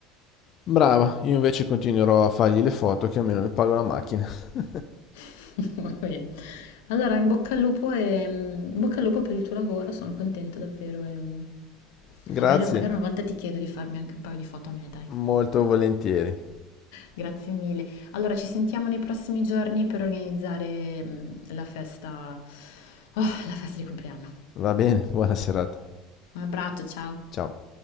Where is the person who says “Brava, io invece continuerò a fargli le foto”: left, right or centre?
Left